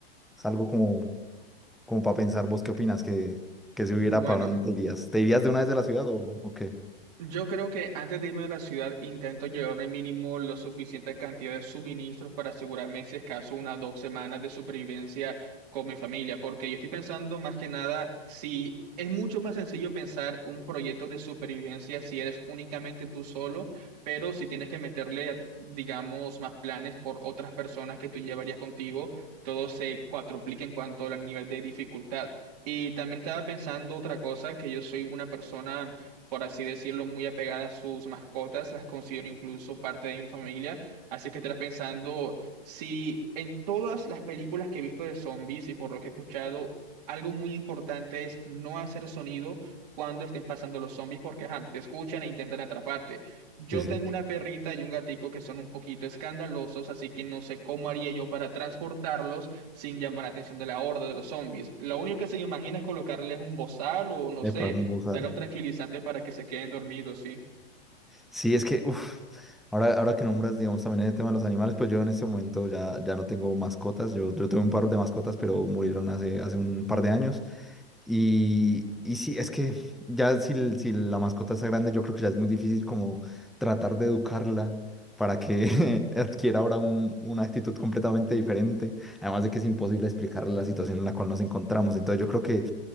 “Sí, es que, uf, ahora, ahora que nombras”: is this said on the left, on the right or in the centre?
Centre